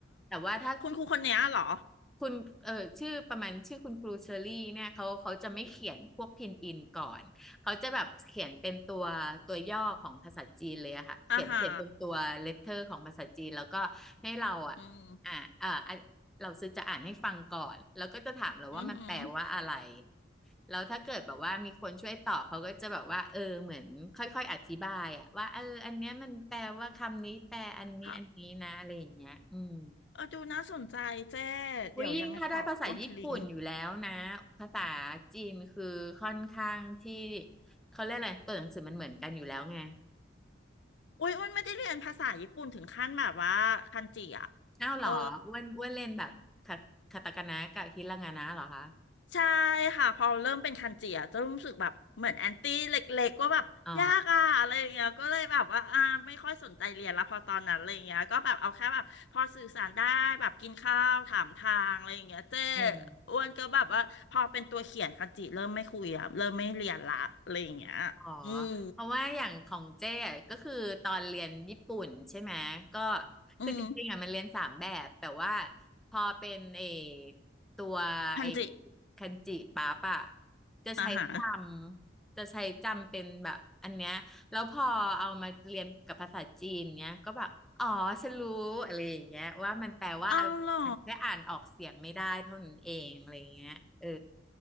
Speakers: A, in the centre; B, on the left.
A: แต่ว่าถ้า
B: คุณครูคนเนี้ยเหรอ
A: คุณเออชื่อประมาณชื่อคุณครูเชอรี่เนี่ยเขาเขาจะไม่เขียนพวกพินอินก่อนเขาจะแบบเขียนเป็นตัวตัวย่อของภาษาจีนเลยอะค่ะเขียนเขียนเป็นตัวเลตเตอร์ของภาษาจีนแล้วก็ให้เราอะอ่าอ่าอ่ะเราซื้อจะอ่านให้ฟังก่อนแล้วก็จะถามเราว่ามันแปลว่าอะไร
B: อ่าฮะอืม อือหือ
A: แล้วถ้าเกิดแบบว่ามีคนช่วยตอบเขาก็จะแบบว่าเออเหมือนค่อยๆอธิบายอะว่าเอออันเนี้ยมันแปลว่าคำนี้แปลอันนี้อันนี้นะอะไรอย่างเงี้ยอืม
B: ค่ะเออดูน่าสนใจเจ๊เดี๋ยวยังไงขออ้วนคดลิงก์
A: อุ๊ยยิ่งถ้าได้ภาษาญี่ปุ่นอยู่แล้วนะภาษาจีนคือค่อนข้างที่เขาเรียกอะไรตัวหนังสือมันเหมือนกันอยู่แล้วไง
B: อุ้ยอ้วนไม่ได้เรียนภาษาญี่ปุ่นถึงขั้นแบบว่าคันจิอ่ะ
A: อ้าวเหรออ้วนอ้วนเล่นแบบคาคาตาคานะกับฮิรางานะเหรอคะ
B: เออ ใช่ค่ะพอเริ่มเป็นคันจิอะจะรู้สึกแบบเหมือนแอนตี้เล็กๆว่าแบบยากอะอะไรอย่างเงี้ยก็เลยแบบว่าอ่าไม่ค่อยสนใจเรียนละพอตอนนั้นอะไรอย่างเงี้ยก็แบบเอาแค่แบบพอสื่อสารได้แบบกินข้าวถามทางอะไรอย่างเงี้ยเจ้
A: อ๋ออืม
B: อ้วนก็แบบว่าพอเป็นตัวเขียนคันจิเริ่มไม่คุยอะเริ่มไม่เรียนละอะไรอย่างเงี้ยอืม
A: อ๋อ เพราะว่าอย่างของเจ้อะก็คือตอนเรียนญี่ปุ่นใช่ไหมก็
B: อืม
A: คือจริงๆอ่ะมันเรียนสามแบบแต่ว่าพอเป็นไอตัวไอ
B: คันจิ
A: คันจิปั๊บอะจะใช้จ
B: อ่าฮะ
A: ำจะใช้จำเป็นแบบอันเนี้ยแล้วพอเอามาเรียนกับภาษาจีนเนี้ยก็แบบอ๋อฉันรู้อะไรอย่างเงี้ยว่ามันแปลว่าอะไรฉันแค่อ่านออกเสียงไม่ได้เท่านั้นเองอะไรอย่างเงี้ยเออ
B: เอาเหรอ